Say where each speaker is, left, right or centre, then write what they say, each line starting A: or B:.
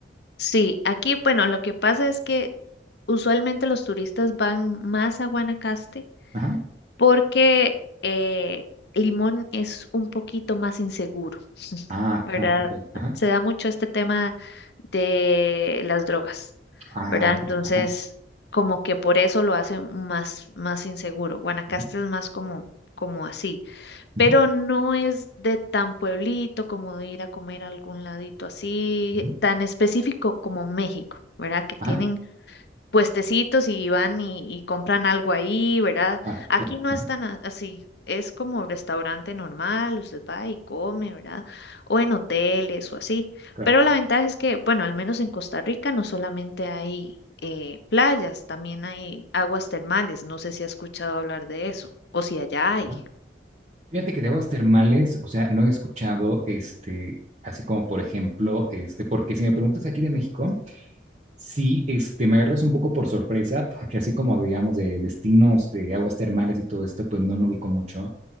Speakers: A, on the left; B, on the right.
A: Sí, aquí, bueno, lo que pasa es que usualmente los turistas van más a Guanacaste
B: Ajá,
A: porque eh, Limón es un poquito más inseguro,
B: Ah,
A: ¿verdad?
B: ajá, ok, ajá,
A: Se da mucho este tema de las drogas,
B: ah,
A: ¿verdad?
B: ok.
A: Entonces, como que por eso lo hace más, más inseguro. Guanacaste
B: ujú,
A: es más como, como así,
B: ujú,
A: pero no es de tan pueblito como de ir a comer a algún ladito así,
B: ujú.
A: tan específico como México, ¿verdad? Que tienen
B: Ajá,
A: puestecitos y van y, y compran algo ahí, ¿verdad?
B: ah,
A: Aquí
B: claro,
A: no
B: ajá,
A: es tan a- así. Es como restaurante normal, usted va y come, ¿verdad? O en hoteles o así.
B: claro,
A: Pero la ventaja es que, bueno, al menos en Costa Rica no solamente hay eh, playas, también hay aguas termales. No sé si ha escuchado hablar de eso o si allá hay.
B: ajá. Fíjate que de aguas termales, o sea, no he escuchado, este, así como por ejemplo, este, porque si me preguntas aquí de México, sí, este, me agarras un poco por sorpresa, porque así como digamos de destinos de aguas termales y todo esto, pues no, no ubico mucho,